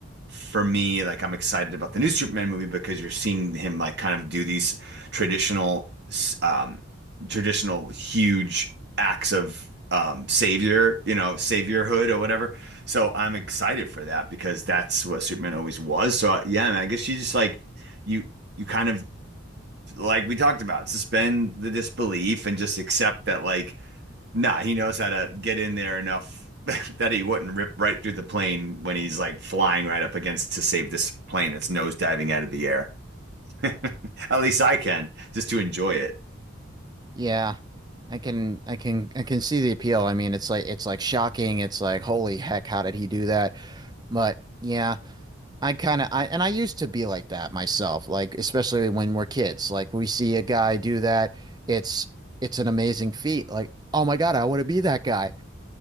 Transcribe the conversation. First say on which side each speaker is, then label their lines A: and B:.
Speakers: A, on the right; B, on the right.
A: for me, like I'm excited about the new Superman movie because you're seeing him like kind of do these traditional, um, traditional huge acts of um, savior, you know, saviorhood or whatever. So I'm excited for that because that's what Superman always was. So uh, yeah, man, I guess you just like you you kind of like we talked about suspend the disbelief and just accept that like Nah, he knows how to get in there enough <laughs> that he wouldn't rip right through the plane when he's like flying right up against to save this plane that's nosediving out of the air. <laughs> At least I can, just to enjoy it.
B: Yeah. I can I can I can see the appeal. I mean, it's like it's like shocking. It's like holy heck, how did he do that? But yeah, I kind of I and I used to be like that myself, like especially when we're kids. Like we see a guy do that, it's it's an amazing feat. Like, oh my God, I want to be that guy.